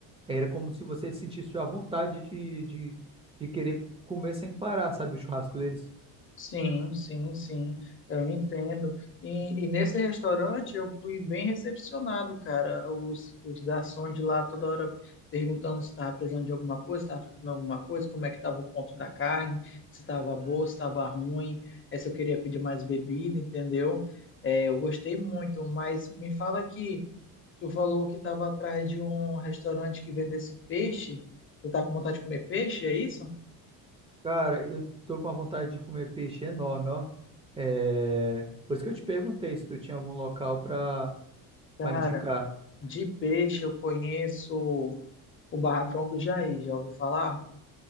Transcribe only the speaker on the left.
Sim, sim, sim, eu entendo. E, e nesse restaurante eu fui bem recepcionado, cara. Os, os garçons de lá toda hora perguntando se estava precisando de alguma coisa, se estava faltando alguma coisa, como é que estava o ponto da carne, se estava boa,
se estava ruim, eh, se eu queria pedir mais bebida, entendeu? Eh, eu gostei muito, mas me fala que tu falou que estava atrás de um restaurante que vendesse peixe. Tu tá com vontade de comer peixe, é isso?
Cara,
de peixe eu conheço. O barracão do Jair, já ouviu falar?